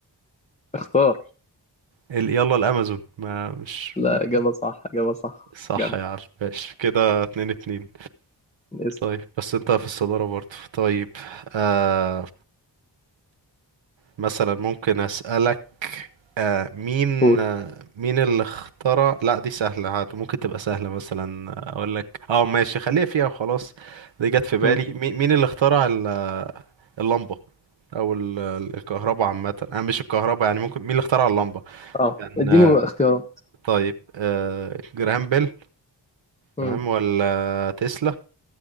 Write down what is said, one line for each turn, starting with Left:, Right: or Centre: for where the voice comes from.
Left: اختار؟
Right: ال- يلا الامازون ما مش
Left: لا
Right: ما
Left: إجابة صح إجابة صح
Right: صح
Left: جدع
Right: يا عم ماشي كده اتنين اتنين
Left: اسأل
Right: طيب بس انت في الصدارة برضه طيب آه مثلا ممكن أسألك آه، مين
Left: قول
Right: آه، مين اللي اخترع لا دي سهلة هات ممكن تبقى سهلة مثلا آه، أقول لك اه ماشي خليها فيها وخلاص دي جت في بالي
Left: مم.
Right: مي- مين اللي اخترع ال- اللمبة أو ال- ال- الكهرباء عامة أنا مش الكهرباء يعني ممكن مين اللي اخترع اللمبة
Left: أه
Right: كان
Left: إديني
Right: آه،
Left: اختيارات
Right: طيب آه، جراهام بيل
Left: مم.
Right: تمام ولا تسلا